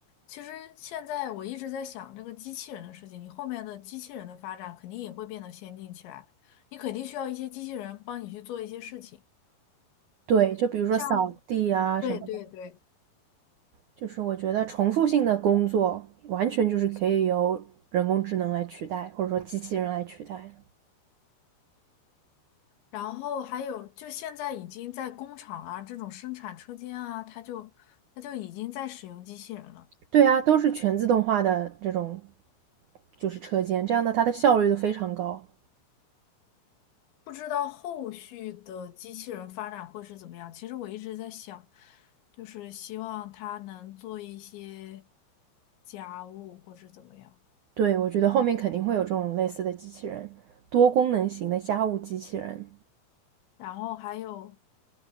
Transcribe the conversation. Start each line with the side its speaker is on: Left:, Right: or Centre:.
Left: 其实现在我一直在想这个机器人的事情，你后面的机器人的发展肯定也会变得先进起来，你肯定需要一些机器人帮你去做一些事情，
Right: 对，就比如说扫地啊什么的，
Left: 像对对对，
Right: 就是我觉得重复性的工作完全就是可以由人工智能来取代，或者说机器人来取代的
Left: 然后还有就现在已经在工厂啊这种生产车间啊，它就它就已经在使用机器人了。
Right: 对啊，都是全自动化的这种，就是车间，这样的它的效率都非常高。
Left: 不知道后续的机器人发展会是怎么样。其实我一直在想，就是希望它能做一些家务或是怎么样，
Right: 对，我觉得后面肯定会有这种类似的机器人，多功能型的家务机器人。
Left: 然后还有，